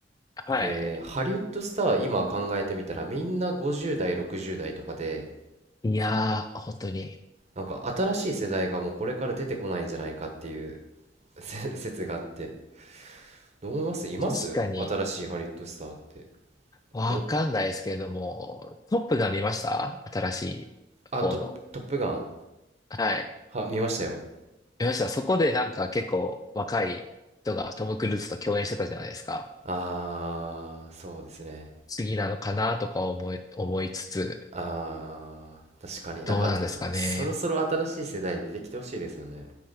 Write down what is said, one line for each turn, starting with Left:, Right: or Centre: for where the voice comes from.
Left: はい。
Right: で、ハリウッドスター今考えてみたらみんな50代、60代とかで、
Left: いやー、本当に。
Right: なんか新しい世代がもうこれから出てこないんじゃないかっていう <laughs> 説があって、どう思いますいます新しいハリウッドスターって。
Left: 確かに、わかんないですけれども、
Right: お、
Left: トップが見ました新しい方の。
Right: あ、トップ、トップガン
Left: はい。
Right: は、見ましたよ。
Left: 見ました。そこでなんか結構若い人がトム・クルーズと共演してたじゃないですか。
Right: あー、そうですね。
Left: 次なのかなとか思い、思いつつ、
Right: あー、確かになんかあと、
Left: どうなんですかね。
Right: そろそろ新しい世代出てきてほしいですよね。